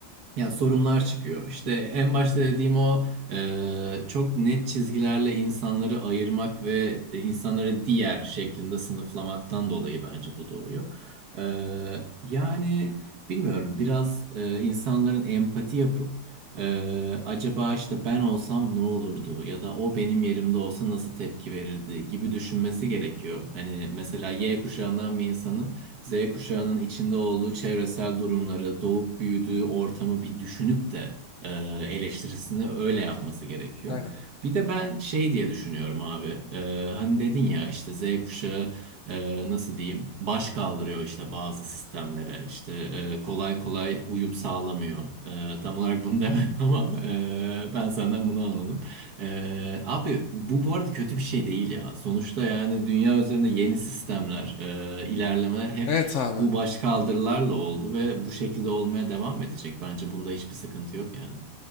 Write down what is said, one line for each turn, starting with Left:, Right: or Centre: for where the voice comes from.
Right: ya sorunlar çıkıyor. İşte en başta dediğim o e, çok net çizgilerle insanları ayırmak ve e, insanları diğer şeklinde sınıflamaktan dolayı bence bu doğuyor. E, yani bilmiyorum biraz e, insanların empati yapıp e, acaba işte ben olsam ne olurdu ya da o benim yerimde olsa nasıl tepki verirdi gibi düşünmesi gerekiyor. Hani mesela Y kuşağından bir insanın Z kuşağının içinde olduğu çevresel durumları, doğup büyüdüğü ortamı bir düşünüp de e, eleştirisini öyle yapması gerekiyor.
Left: Aynen.
Right: Bir de ben şey diye düşünüyorum abi. E, hani dedin ya işte Z kuşağı e, nasıl diyeyim baş kaldırıyor işte bazı sistemlere işte e, kolay kolay uyum sağlamıyor. E, tam olarak bunu <laughs> demedim ama e, ben senden bunu anladım. Ee, abi bu bu arada kötü bir şey değil ya. Sonuçta yani dünya üzerinde yeni sistemler, e, ilerlemeler hep
Left: Evet abi.
Right: bu başkaldırılarla oldu ve bu şekilde olmaya devam edecek. Bence bunda hiçbir sıkıntı yok yani.